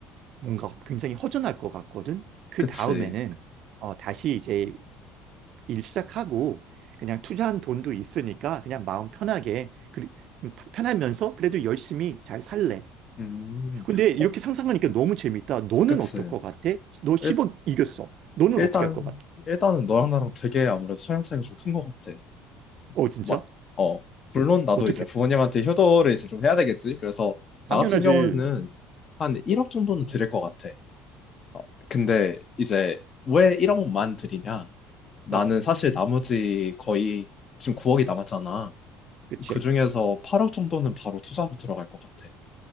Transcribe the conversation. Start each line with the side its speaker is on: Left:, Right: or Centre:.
Right: 뭔가 굉장히 허전할 것 같거든. 그
Left: 그치.
Right: 다음에는 어, 다시 이제 일 시작하고 그냥 투자한 돈도 있으니까 그냥 마음 편하게 그, 편하면서 그래도 열심히 잘 살래.
Left: 음,
Right: 근데 이렇게
Left: 어,
Right: 상상하니까 너무 재밌다. 너는
Left: 그치.
Right: 어떨 것 같아? 너1억
Left: 일,
Right: 이겼어. 너는
Left: 일단,
Right: 어떻게 할 것 같아?
Left: 일단은 너랑 나랑 되게 아무래도 성향 차이가 좀 큰 것 같아.
Right: 어, 진짜?
Left: 마- 어, 물론 나도
Right: 어떻게?
Left: 이제 부모님한테 효도를 이제 좀 해야 되겠지. 그래서 나
Right: 당연하지.
Left: 같은 경우는 한 1억 정도는 드릴 것 같아. 어, 근데 이제 왜 1억만 드리냐? 나는
Right: 어,
Left: 사실 나머지 거의 지금 9억이 남았잖아.
Right: 그치.
Left: 그 중에서 8억 정도는 바로 투자로 들어갈 것 같아.